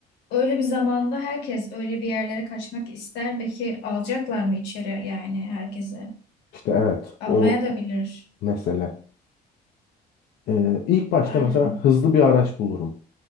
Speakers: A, on the left; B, on the left.
A: Öyle bir zamanda herkes öyle bir yerlere kaçmak ister. Belki alacaklar mı içeri yani herkese?
B: İşte evet,
A: Almaya
B: o
A: da bilir.
B: mesele. E, ilk başta
A: Aynen.
B: mesela hızlı bir araç bulurum.